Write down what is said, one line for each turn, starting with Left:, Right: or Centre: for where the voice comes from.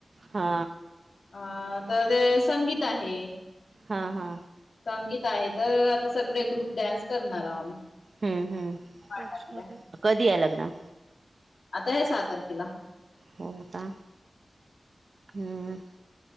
Right: हा
Left: अ तर ते संगीत आहे.
Right: हा हा
Left: संगीत आहे तर आता सगळे ग्रुप डान्स करणार आहो आम्ही.
Right: हम्म
Left: पार्टातल्या.
Right: ह्, कधी आहे लग्न?
Left: आता हे सहा तारखेला.
Right: हा ह